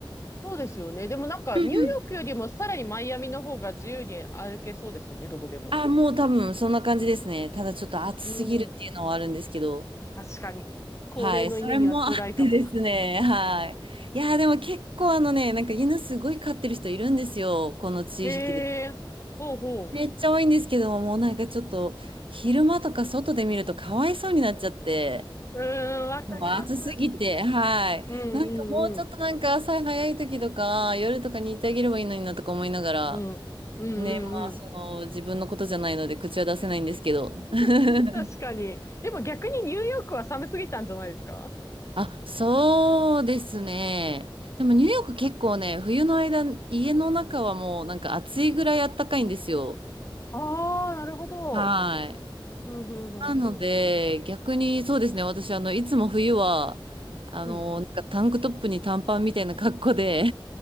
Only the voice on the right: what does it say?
うんうん
あ、もう多分そんな感じですね。ただちょっと暑すぎるっていうのはあるんですけど。
はい。それもあってですね。はい。いやー、でも結構あのね、なんか犬すごい飼ってる人いるんですよ。この地域で。
めっちゃ多いんですけども、もうなんかちょっと昼間とか外で見るとかわいそうになっちゃって。
もう暑すぎて、はい。
なんかもうちょっとなんか朝早い時とか夜とかに行ってあげればいいのになとか思いながら、
ね、まあその自分のことじゃないので口は出せないんですけど。
<laughs>
あ、そうですね。でもニューヨーク結構ね、冬の間、家の中はもうなんか暑いぐらい暖かいんですよ。
はい。
なので、
逆にそうですね、私、あの、いつも冬は、あの、
なんかタンクトップに短パンみたいな格好で